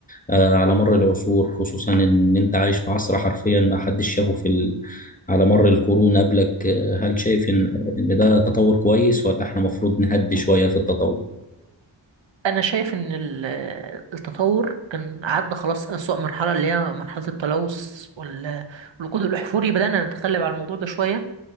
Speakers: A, on the left; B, on the right.
A: آه، على مر العصور خصوصا إن أنت عايش في عصر حرفيا ما حدش شافه في ال... على مر القرون قبلك آه، هل شايف إن إن ده تطور كويس ولا إحنا المفروض نهدي شوية في التطور؟
B: انا شايف ان ال- التطور كان عدى خلاص أسوأ مرحلة اللي هي مرحلة التلوث وال- والوقود الاحفوري بدأنا نتغلب على الموضوع ده شوية